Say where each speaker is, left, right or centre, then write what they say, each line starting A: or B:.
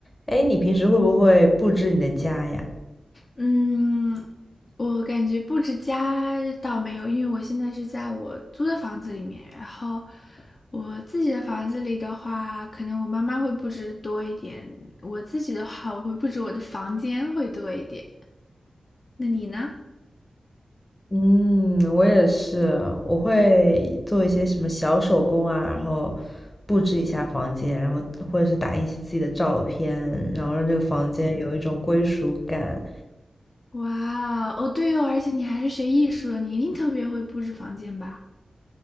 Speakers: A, on the left (about 25°); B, on the left (about 50°).
A: 哎，你平时会不会布置你的家呀？
B: 嗯，我感觉布置家倒没有，因为我现在是在我租的房子里面，然后我自己的房子里的话，可能我妈妈会布置得多一点，我自己的话，我会布置我的房间会多一点。那你呢？
A: 嗯，我也是，我会做一些什么小手工啊，然后布置一下房间，然后或者是打印一些自己的照片，然后让这个房间有一种归属感。
B: 哇哦，对哦，而且你还是学艺术的，你一定特别会布置房间吧？